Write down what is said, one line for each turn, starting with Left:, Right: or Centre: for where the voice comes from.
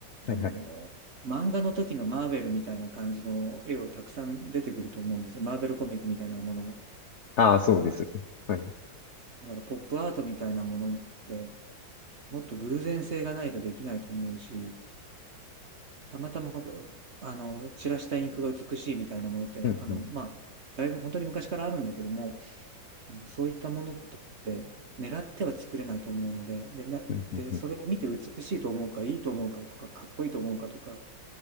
Left: はいはい。
Right: あの、漫画の時のマーベルみたいな感じの絵をたくさん出てくると思うんですよ。マーベルコミックみたいなものが。
Left: ああ、
Right: だから、
Left: そうですね。はい。
Right: だからポップアートみたいなものって、もっと偶然性がないとできないと思うし、たまたま、あの、散らしたインクが美しいみたいなものって、
Left: うんうん
Right: あの、まあ、だいぶ本当に昔からあるんだけども、あの、そういったものって狙っては作れないと思うので、で、な、
Left: うんうんうん
Right: で、それを見て美しいと思うか、いいと思うかとか、かっこいいと思うかとか、